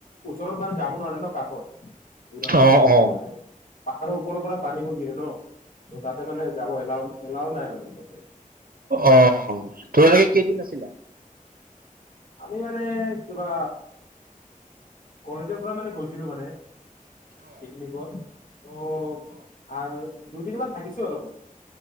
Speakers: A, on the left (about 65°); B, on the right (about 85°).
A: ওচৰত মানে যাব নোৱাৰে ন', কাষত, দূৰ আছ
B: অ
A: যে তাতে
B: অ
A: মানে। পাহাৰৰ ওপৰৰ পৰা পানীবোৰ গিৰে ন', ত তাতে মানে যাব এলা, এলাও নাই মানে তাতে।
B: অ', তোমালোকে কেইদিন আছিলা?
A: আমি মানে কিবা কলেজৰ পৰা মানে গৈছিলো মানে, পিকনিকত, ত' আৰু দুদিনমান থাকিছো আৰু আমি।